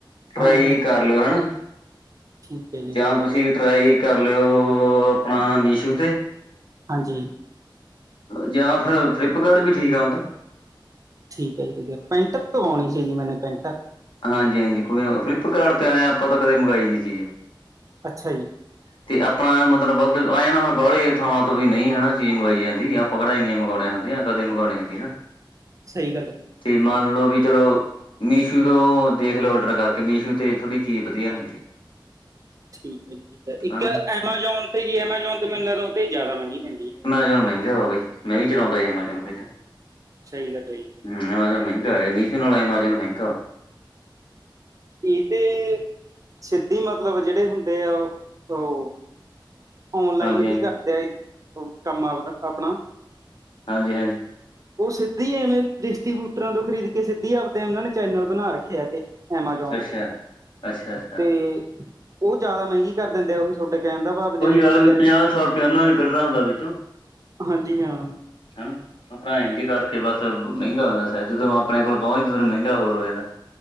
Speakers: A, on the left (about 70°); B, on the right (about 40°).
A: ਟ੍ਰਾਈ
B: ਹਾਂਜੀ ਹਾਂਜੀ
A: ਕਰ ਲਿਓ, ਹਨਾ‌।
B: ਠੀਕ ਹੈ ਜੀ
A: ਜਾਂ
B: ਠੀਕ
A: ਤੁਸੀਂ
B: ਹੈ
A: ਟ੍ਰਾਈ ਕਰ ਲਿਓ। ਆਪਣਾ ਮੀਸ਼ੂ ਤੇ
B: ਹਾਂਜੀ।
A: ਜਾਂ ਫਿਰ ਫਲਿੱਪਕਾਡ ਵੀ ਠੀਕ ਆ ਊਤਾ।
B: ਠੀਕ ਐ ਜੀ, ਠੀਕ ਐ। ਪੈਂਟ ਪਵਾਉਣੀ ਸੀ ਜੀ ਮੈਂਨੇ ਪੈਂਟ।
A: ਹਾਂਜੀ-ਹਾਂਜੀ, ਕੋਈ ਨਾ। ਫਲਿੱਪਕਾਡ ਤੇ ਐ ਆ, ਆਪਾਂ ਤਾਂ ਕਦੇ ਮਗਾਈ ਨੀ ਚੀਜ਼।
B: ਅੱਛਾ ਜੀ।
A: ਤੇ ਆਪਾਂ ਮਤਲਬ ਵੱਧ, ਐਂ ਆ ਨਾ। ਬਾਹਲੇ ਥਾਵਾਂ ਤੋਂ ਵੀ ਨਹੀਂ ਹਨਾ। ਚੀਜ਼ ਮੰਗਾਈ ਜਾਂਦੀ। ਆਪਾਂ ਕਿਹੜਾ ਇਨ੍ਹੇ ਮਗਾਉਣੇ ਹੁੰਦੇ ਆ। ਕਦੇ ਮਗਾਉਣੇ ਹੁੰਦੀ ਨਾ।
B: ਸਹੀ ਗੱਲ ਏ।
A: ਤੇ ਮੰਨਲੋ ਵੀ ਚਲੋ ਮੀਸ਼ੂ ਤੋਂ ਦੇਖਲੋ ਔਡਰ ਕਰਕੇ। ਮੀਸ਼ੂ ਤੇ ਥੋੜ੍ਹੀ ਚੀਜ਼ ਵਧੀਆ ਹੁੰਦੀ ਏ।
B: <inaudible> ਠੀਕ ਏ ਜੀ। ਜਿਦਾਂ ਇੱਕ
A: ਹਨਾ
B: ਐਮਾਜ਼ੋਨ 'ਤੇ ਜੀ। ਐਮਾਜ਼ੋਨ ਤੇ ਮੈਨੂੰ ਲੱਗਦਾ, ਉਹਤੇ ਜ਼ਿਆਦਾ ਮਹਿੰਗੀ ਪੈਂਦੀ ਐ।
A: ਤੇ ਉਹ ਮਹਿੰਗਾ ਵਾ ਬਾਈ। ਮੈਂ ਵੀ ਚਲਾਉਂਦਾ ਹੀ ਐਮਾਜ਼ੋਨ ਤਾਂ
B: ਸਹੀ ਗੱਲ ਏ ਜੀ।
A: ਹਮ, ਐਮਾਜ਼ੋਨ ਮਹਿੰਗਾ ਐ। ਮੀਸ਼ੂ ਨਾਲੋ ਐਮਾਜ਼ੋਨ ਮਹਿੰਗਾ
B: ਪੀ ਤੇ ਸਿੱਧੀ ਮਤਲਬ ਜਿਹੜੇ ਹੁੰਦੇ ਆ। ਉਹ-ਉਹ ਔਨਲਾਈਨ
A: ਹਾਂਜੀ ਹਾਂਜੀ
B: ਵੀ ਕਰਦੇ ਆ। ਇਹ ਕੰਮ ਆਪਦਾ, ਆਪਣਾ।
A: ਹਾਂਜੀ-ਹਾਂਜੀ।
B: ਉਹ ਸਿੱਧੀ ਐਵੇਂ ਡਿਸਟੀਬਿਊਟਰਾਂ ਤੋਂ ਖਰੀਦ ਕੇ। ਸਿੱਧੀ ਆਪਦੇ ਉਹਨਾਂ ਨੇ ਚੈਨਲ ਬਣਾ ਰੱਖੇ ਆ ਤੇ ਐਮਾਜ਼ੋਨ
A: ਅੱਛਾ
B: ਤੇ-ਤੇ
A: ਅੱਛਾ ਅੱਛਾ
B: ਉਹ ਜ਼ਿਆਦਾ ਮਹਿੰਗੀ ਕਰ ਦਿੰਦੇ ਆ। ਉਹੀ ਸੋਡੇ ਕਹਿਣ ਦਾ ਭਾਵ ਜਿਵੇਂ ਤੁਸੀਂ
A: ਚੱਲ ਵੀ,
B: ਕਹਿ
A: ਪੰਜਾਹ-ਸੌ
B: ਰਹੇ ਸੀ
A: ਰੁਪਿਆ, ਉਹਨਾਂ ਵੀ ਕੱਢਣਾ ਹੁੰਦਾ ਵਿੱਚੋਂ।
B: ਹਾਂਜੀ ਹਾਂ।
A: ਹਨਾ ਹੁਣ ਭਰਾ ਏਝ ਈ ਕਰ ਕਿ ਬਸ ਮੇੰਗਾ ਹੋ ਜਾਂਦਾ ਸਰ ਜਦੋਂ ਨੂੰ ਆਪਣੇ ਕੋਲ ਪਹੁੰਚ ਉਦੋਂ ਮੇਂਗਾ ਹੋਰ ਹੋ ਜਾਨਾ।